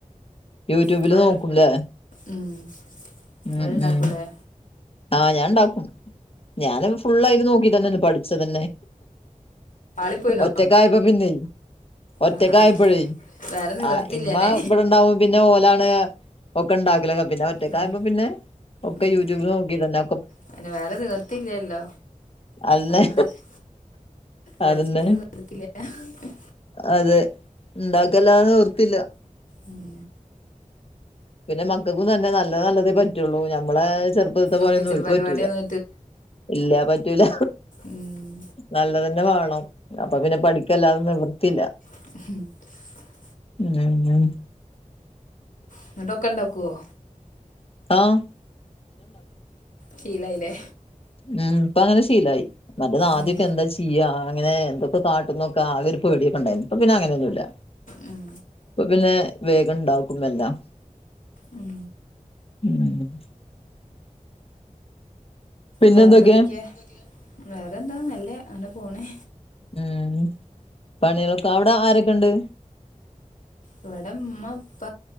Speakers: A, on the left (about 45°); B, on the left (about 75°).
A: യൂട്യൂബില്
B: ഇങ്ങൾ
A: നോക്കുംല്ലേ
B: ഉം
A: ഉം
B: നിങ്ങൾ ഉണ്ടാക്കുംയില്ലേ
A: ഉം ആഹ് ഞാൻ ഇണ്ടാക്കും ഞാന് ഫുള്ളായിട്ട് നോക്കി തന്നെ പഠിച്ച തന്നെ
B: പാളിപ്പോയിനോ
A: ഒറ്റക്കായപ്പോ പിന്നെയ് ഒറ്റക്കായപ്പോഴേ
B: ആ ആ വേറെ നിവർത്തിയില്ല
A: ആ ഉമ്മ
B: അല്ലേ
A: ഇവിടെണ്ടാവും പിന്നെ ഓലാണ് ഒക്കെ ഇണ്ടാക്കലൊക്കെ പിന്നെ ഒറ്റക്കായപ്പൊ
B: ഉം,
A: പിന്നെ ഒക്കെ
B: ഉം.
A: യൂട്യൂബ് നോക്കി തന്നെ
B: പിന്നെ വേറെ നിവർത്തില്ലല്ലോ
A: അന്നെ
B: വേറെണ്ടാക്കി പഠിക്കല്
A: അതന്നെ
B: നിർത്തത്തില്ലല്ലോ
A: അതെ ഇണ്ടാക്കലല്ലാതെ നിവർത്തില്ല
B: ഉം
A: പിന്നെ മക്കൾക്കും തന്നെ നല്ല നല്ലതേ പറ്റുള്ളൂ ഞമ്മളെ ചെറുപ്പത്തെ പോലെയൊന്നും
B: ഒപ്പിച്ചൽ
A: ഒൽക്ക്
B: പരിപാടിയൊന്നും
A: പറ്റൂല ഇല്ലാ പറ്റൂല
B: ഉം.
A: നല്ലതന്നെ വേണം അപ്പൊ പിന്നെ പഠിക്കല്ലാതെ നിവൃത്തിയില്ല.
B: <inaudible>
A: <unintelligible>
B: എന്നിട്ടൊക്കെ ഉണ്ടാക്കുവോ
A: ആഹാ
B: ശീലവായില്ലേ
A: ഉം ഇപ്പൊ അങ്ങനെ ശീലായി, മറ്റേത് ആദ്യമൊക്കെ
B: ഉം,
A: എന്താ ചെയ്യാ അങ്ങനെ എന്ത- കാട്ടുംന്നൊക്കെ ആകെയൊരു പേടിയൊക്കെയൊണ്ടായിരുന്നു ഇപ്പ പിന്നെ അങ്ങനെയൊന്നുമില്ല
B: ഉം
A: ഇപ്പൊ പിന്നെ വേഗം ഇണ്ടാക്കും എല്ലാം
B: ഉം
A: ഉം പിന്നെ
B: വേറെ
A: എന്തൊക്കെ
B: എന്തൊക്കെയാ വേറെന്താ നല്ലയാ അങ്ങനെ പോണേ
A: ഉം പണികളൊക്കെ അവിടെ ആരൊക്കെ ഉണ്ട്
B: ഇവിടെ ഉമ്മ ഉപ്പ